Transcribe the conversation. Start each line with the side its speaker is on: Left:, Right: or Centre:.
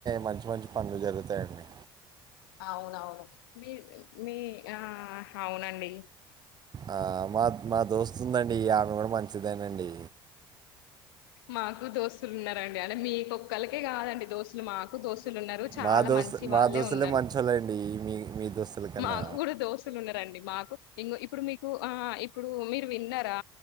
Right: మంచి మంచి పనులు జరుగుతాయండి
Left: అవునవును మీ మీ ఆ అవునండి
Right: ఆ మా మా దోస్తు ఉందండి ఇక ఆమె కూడా మంచిదేనండి
Left: మాకు దోస్తులు ఉన్నారండి అంటే మీ కొక్కలకే కాదండి దోస్తులు మాకు దోస్తు లు ఉన్నారు చాలా
Right: మా దోస్తు
Left: మంచి
Right: మా
Left: వాళ్ళే
Right: దోస్తులే
Left: ఉన్నారు
Right: మంచోళ్ళండి మీ మీ దోస్తుల కన్నా
Left: మాకు కూడా దోస్తులు ఉన్నారండి మాకు ఇం ఇప్పుడు మీకు ఆ ఇప్పుడు మీరు విన్నారా